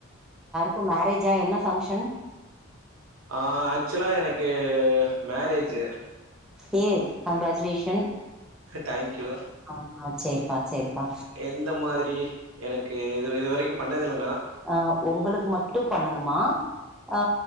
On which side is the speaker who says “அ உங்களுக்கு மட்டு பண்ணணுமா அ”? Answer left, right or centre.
Centre